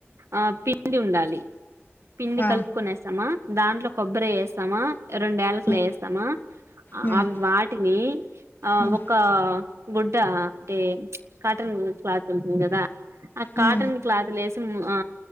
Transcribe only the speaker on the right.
ఆ పిండి ఉండాలి. పిండి
కలుపుకొనేసామా, దాంట్లో కొబ్బరి వేేసామా, రెండు ఏకలు
వేేస్తామా
అవి వాటిని ఆ
ఒక గుడ్డా అంటే కాటన్ క్లాత్ ఉంటుంది కదా. ఆ కాటన్
క్లాత్లేసి హుమ్ ఆ